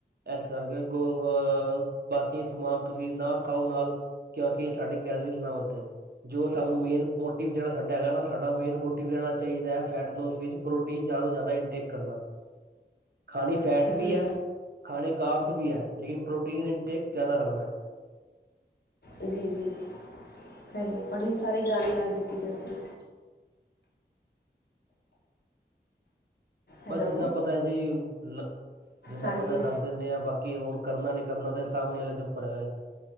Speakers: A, on the right; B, on the left.
A: ਇਸ ਕਰਕੇ ਗੋ ਅਹ ਬਾਕੀ ਸਮਾਨ ਤੁਸੀਂ ਨਾ ਖਾਓ ਨਾਲ ਕਿਉਂਕਿ ਸਾਡੀ ਕੈਲਰੀਜ਼ ਨਾ ਵੱਧੇ ਜੋ ਸਾਨੂੰ ਮੇਨ ਮੋਟਿਵ ਜਿਹੜਾ ਸਾਡਾ ਹੈਗਾ ਨਾ ਸਾਡਾ ਮੇਨ ਮੋਟਿਵ ਰਹਿਣਾ ਚਾਹੀਦਾ ਹੈ ਫੈਟ ਲੋਸ ਵਿੱਚ ਪ੍ਰੋਟੀਨ ਜ਼ਿਆਦਾ ਤੋਂ ਜ਼ਿਆਦਾ ਇਨਟੇਕ ਕਰਨਾ ਖਾਣੀ ਫੈਟ
B: ਹਾਂਜੀ
A: ਵੀ ਹੈ ਖਾਣੇ ਅਰਥ ਵੀ ਹੈ ਲੇਕਿਨ ਪ੍ਰੋਟੀਨ ਇਨਟੇਕ ਜਿਆਦਾ ਰੱਖਦਾ ਕੀ ਕਰਨਵੀ ਹੈ ਲੇਨ ਪ੍ਰੋਟੀਨ ਇਨਟੇਕ ਜ਼ਿਆਦਾ ਰੱਖਦਾ ਹੈ
B: ਜੀ ਜੀ ਸਹੀ ਹੈ ਬੜੀ ਸਾਰੀ ਜਾਣਕਾਰੀ ਦਿੱਤੀ ਦੀ ਤੁਸੀਂ ਹੈਲੋ
A: ਬਸ ਜਿੰਨਾ ਪਤਾ ਹੈ ਜੀ ਲ ਜਿੰਨਾ
B: ਹਾਂਜੀ
A: ਪਤਾ ਦੱਸ ਦਿੰਦੇ ਆ ਬਾਕੀ ਕਿ ਹੁਣ ਕਰਨਾ ਨੀ ਕਰਨਾ ਤੇ ਸਾਹਮਣੇ ਵਾਲੇ ਦੇ ਉੱਪਰ ਹੈਗਾ